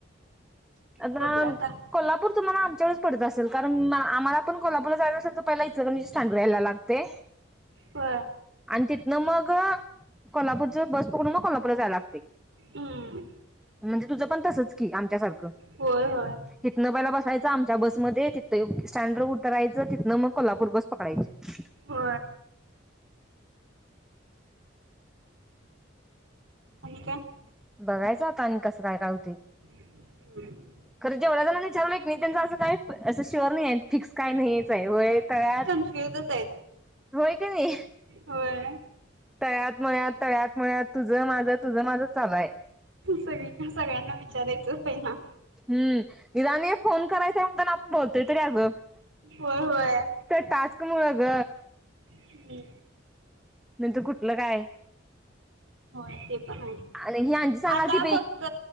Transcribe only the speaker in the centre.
आ <unintelligible>
कोल्हापूरु्हाला आमच्याकडेच पडं असेल कारण आम्हालाण कोल्हापूर जाय असेल तर पहिला इथक स्टँड यायला लागते. <inaudible>
आणि तिथनं मग कोल्हापूरच बस पकडून मग कोल्हापूरला जायला लागते.
म्हणजे तुझ पण तसच कि आमच्या सारखं
तिथनं पहिला बसायचं आमच्या बसमध्ये तिथं स्टँड वर उत राहायचं तिथनं मग कोल्हापूर बस पकडायची.
बघायच आता आणि कसं काय राहते.
खरं जेवढं झाला विचारलं एक नाही त्यांं असं काय असं श्युअर नाही आहे फिक्स काय नाहीच आहे व तळ्यात
होय की नाही
तळ्यात मळत तळ्यात मळत तुझं माझ तुझं माझा चाल आहे.
हम् इदाणी फोन करायचा आहे म्हणता ना आपण बोलतोय त अग
तर टास्क मुळ ग
नंतर कुठलं काय
आणि ही अंजी सांगालती